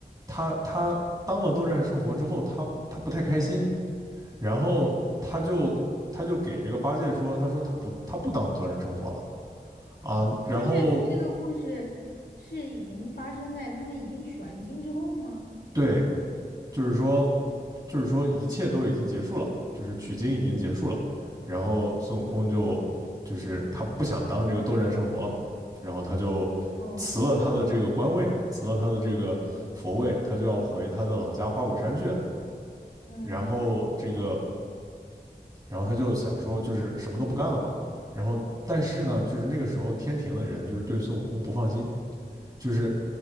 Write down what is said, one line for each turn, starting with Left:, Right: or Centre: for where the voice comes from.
Right: 他他当了斗战胜佛之后，他他不太开心，然后他就他就给这个八戒说，他说他不他不当斗战胜佛了啊，
Left: 我就是这个故事是已经发生在他们已经取完经之后吗？
Right: 然后对，就是说就是说一切都已经结束了，就是取经已经结束了，然后孙悟空就就是他不想当这个斗战胜佛了嘛，然后他就辞了他的这个官位嘛，
Left: 哦
Right: 辞了他的这个佛位，他就要回他的老家花果山去，
Left: 嗯，
Right: 然后这个然后他就想说，就是什么都不干了嘛。然后，但是呢，就是那个时候天庭的人就是对孙悟空不放心，就是